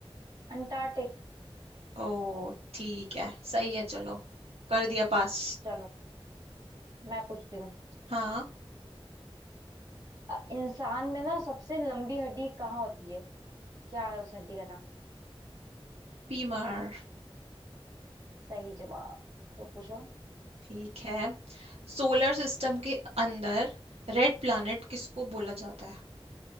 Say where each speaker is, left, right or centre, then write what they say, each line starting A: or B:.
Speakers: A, on the right; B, on the right.
A: अंटार्कटिक
B: ओ ठीक है सही है चलो कर दिया पास
A: चलो मैं पूछती हूँ
B: हाँ
A: अ, इंसान में ना सबसे लंबी हड्डी कहाँ होती है क्या है उस हड्डी का नाम
B: पीमर
A: सही जवाब तुम पूछो
B: ठीक है सोलर सिस्टम के अंदर रेड प्लैनेट किसको बोला जाता है